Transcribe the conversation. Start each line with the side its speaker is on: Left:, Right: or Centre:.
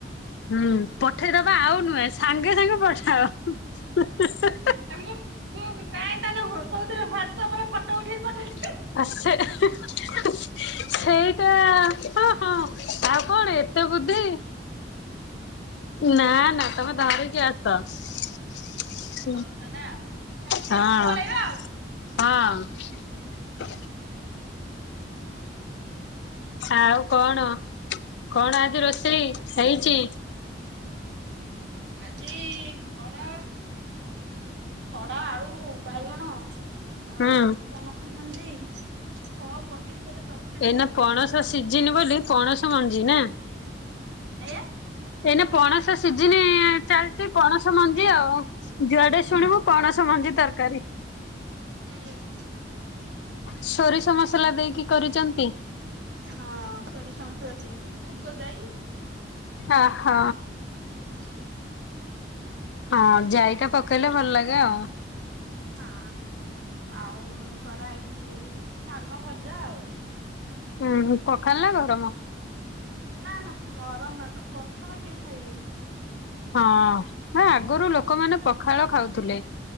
Left: ହୁଁ ପଠେଇଦବା ଆଉ ନୁହେଁ ସାଙ୍ଗେ ସାଙ୍ଗେ ପଠାଅ।
Right: ହେ ମୁଁ ମୁଁ ଯାଏଁ ତାହେଲେ ଘରକ୍ କୋଉଥିରେ ହ୍ୱାଟସଅପ ରେ ଫଟୋ ଉଠେଇକି ପଠେଇ
Left: <inaudible> ସେଇଟା ହଁ ହଁ ଆଉ କଣ ଏତେ ବୁଦ୍ଧି? ନା ନା ତମେ ବାବେଇକି ଆସ।
Right: ହଉ ତାହେଲେ ଆଉ ଗାଡି
Left: ହଁ।
Right: ଅଛି ପଳେଇବା ଆଉ
Left: ହଁ। ଆଉ କଣ? କଣ ଆ ରୋଷେଇ ହେଇଚି?
Right: ଆଜି ଖଡ଼ା, ଖଡ଼ା ଆଉ ବାଇଗଣ ଆଉ
Left: ହୁଁ
Right: ପଣସ ମଞ୍ଜି। ସବ୍ ପକେଇକି ଗୋଟେ ତରକାରୀ
Left: ଏଇନା
Right: ହେଇଛି
Left: ପଣସ
Right: ଆଉ।
Left: ସିଜିନି ବୋଲି ପଣସ ମଞ୍ଜି ନା।
Right: ଆଜ୍ଞା।
Left: ଏଇନେ ପଣସ ସିଜିିନି ଚାଲଚି ପଣସ ମଞ୍ଜି ଆଉ। ଯୁଆଡେ
Right: ହଁ
Left: ଶୁଣିବୁ ପଣସ ମଞ୍ଜି ତରକାରୀ।
Right: ହୁଁ।
Left: ସୋରିଷ ମସଲା ଦେଇକି କରିଚନ୍ତି?
Right: ହଁ ସୋରିଷ ମସଲା ଦେଇକି ମୁଗ ଜାଇ।
Left: ଆ ହ।
Right: ହୁଁ।
Left: ହଁ ଜାଇଟା ପକେଇଲେ ଭଲ
Right: ସେରା
Left: ଲାଗେ ଆଉ।
Right: ହଁ, ଆଉ କରାହେଇଛି ଶାଗ ଭଜା ଆଉ।
Left: ହୁଁ, ପଖାଳ ନା ଗରମ?
Right: ନା ନା ଗରମ ଭାତ, ପଖାଳ କେହି ଖାଇବେନି।
Left: ହଁ, ନା ଆଗରୁ ଲୋକମାନେ ପଖାଳ ଖାଉଥିଲେ।